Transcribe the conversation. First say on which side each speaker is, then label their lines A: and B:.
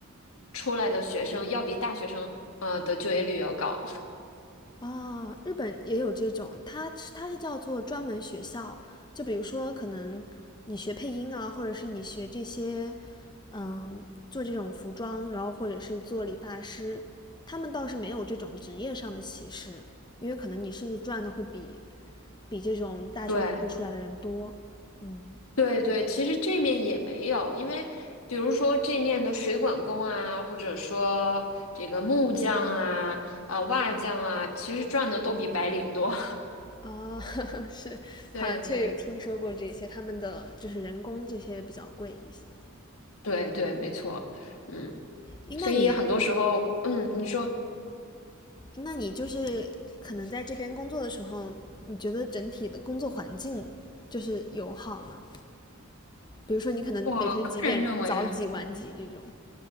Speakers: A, on the left (about 75°); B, on the left (about 20°).
A: 出来的学生要比大学生呃的就业率要高。
B: 啊、日本也有这种，它它是叫做专门学校，就比如说可能你学配音啊，或者是你学这些，嗯，做这种服装，然后或者是做理发师，他们倒是没有这种职业上的歧视，因为可能你甚至赚的会比比这种大学本科出来的人多，
A: 对
B: 嗯。
A: <laughs> 对对，其实这面也没有，因为比如说这面的水管工啊，或者说这个木匠啊、啊、瓦匠啊，其实赚的都比白领多。
B: 啊，<laughs> 是，好像确实有听说过这些，
A: <laughs> 对对
B: 他们的就是人工这些比较贵一些。
A: 对对，没错，嗯，
B: 诶，
A: 所以很多时候，
B: 那你
A: 嗯，你说，
B: 那你就是可能在这边工作的时候，你觉得整体的工作环境就是友好吗？比如说你可能每天几点早几晚几这种。
A: 我个人认为。